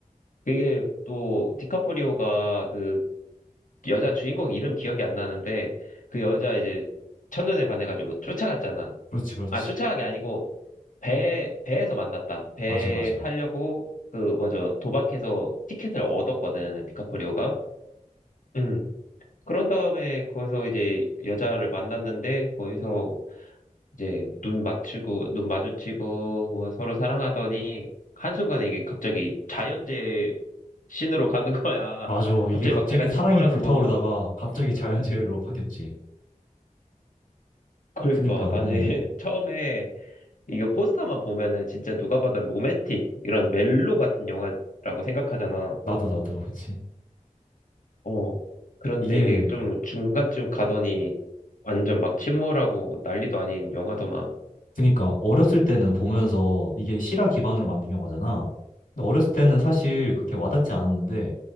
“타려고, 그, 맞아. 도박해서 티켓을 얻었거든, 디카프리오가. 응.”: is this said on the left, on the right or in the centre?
Left